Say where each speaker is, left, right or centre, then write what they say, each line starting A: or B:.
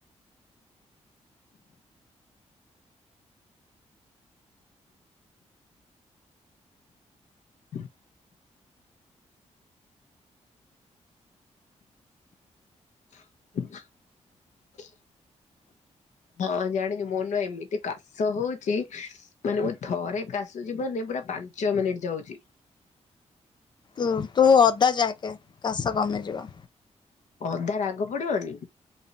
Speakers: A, on the left; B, on the left.
A: ହ <unintelligible> ହ <unintelligible> ହଁ ଜାଣିଛୁ ମୋନ ଏମିତି କାଶ ହଉଛି ମାନେ ମୁଁ ଥରେ କାଶୁଛି ମାନେ ପୁରା ପାଞ୍ଚ ମିନିଟ ଯାଉଛି।
B: ଉ ତୁ ଅଦା ଯାକେ କାଶ କମିଯିବ।
A: ଅଦା ରାଗ ପଡିବନି।